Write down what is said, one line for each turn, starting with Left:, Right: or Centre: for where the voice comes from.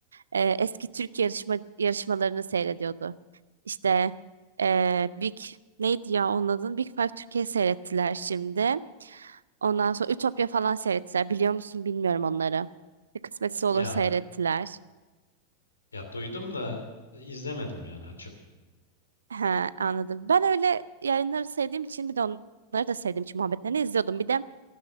Right: Ee, eski Türk yarışma yarışmalarını seyrediyordu. İşte ee, Big neydi ya onun adı? Big Five Türkiye seyrettiler şimdi. Ondan sonra Ütopya falan seyrettiler. Biliyor musun bilmiyorum onları. Bir kısmetse olur
Left: Ya
Right: seyrettiler.
Left: ya duydum da e, izlemedim yani açıp.
Right: He, anladım. Ben öyle yayınları sevdiğim için bir de onları da sevdiğim için muhabbetlerini izliyordum. Bir de